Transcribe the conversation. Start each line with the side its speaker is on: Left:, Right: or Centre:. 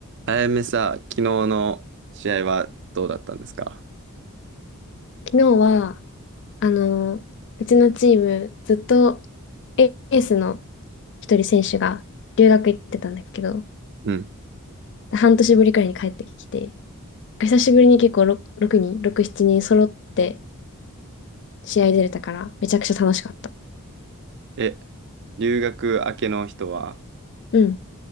Right: あやめさ、昨日の試合はどうだったんですか
Left: 昨日は、あの、うちのチーム、ずっとエエースの一人選手が留学行ってたんだけど、
Right: うん。
Left: 半年ぶりくらいに帰ってきて、久しぶりに結構ろ6人、6、7人揃って試合出れたから、めちゃくちゃ楽しかった。
Right: え、留学明けの人は、
Left: うん、